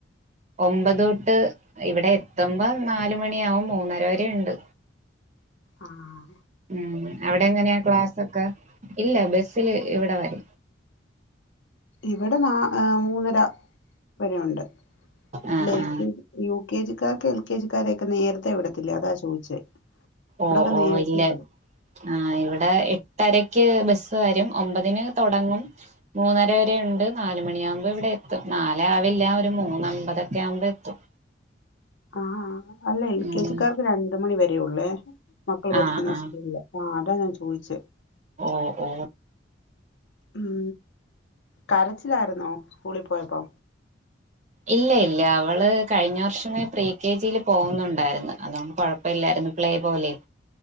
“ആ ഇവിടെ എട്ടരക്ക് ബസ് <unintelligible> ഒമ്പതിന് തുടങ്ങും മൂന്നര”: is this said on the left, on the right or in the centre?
Right